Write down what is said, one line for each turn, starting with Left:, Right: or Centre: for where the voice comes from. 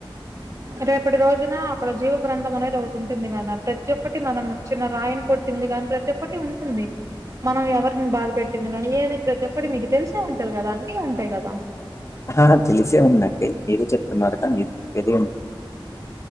Right: రేపటి రోజున అక్కడ జీవగ్రంథం అనేది ఒకటి ఉంటుంది కదా ప్రతి ఒక్కటి మనం చిన్న రాయిని కొట్టింది గాని ప్రతి ఒక్కటి ఉంటుంది మనం ఎవరిని బాధ పెట్టింది గాని ఏదైతే చెప్పండి మీకు తెలిసే ఉంటుంది కదా అన్నీ ఉంటాయి కదా
Left: ఆహా తెలిసే ఉందండి మీరు చెప్తున్నారు కదా మీకు తెలియదా